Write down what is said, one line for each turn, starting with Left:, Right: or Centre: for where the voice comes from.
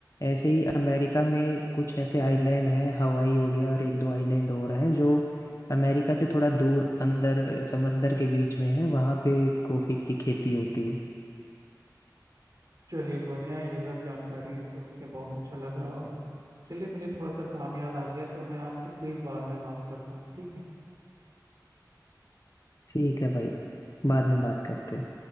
Left: ऐसे ही अमेरिका में कुछ ऐसे आइलैंड हैं हवाई हो गया और एक दो आइलैंड और हैं जो अमेरिका से थोड़ा दूर अंदर समंदर के बीच में है वहां पे कॉफी की खेती होती है
Right: चलिए बढ़िया है ये सब जानकारी सुन के बहुत अच्छा लगा और चलिए मुझे थोड़ा सा काम याद आ गया तो मैं आपसे क्विज बाद में बात करता हूँ ठीक है
Left: ठीक है भाई बाद में बात करते हैं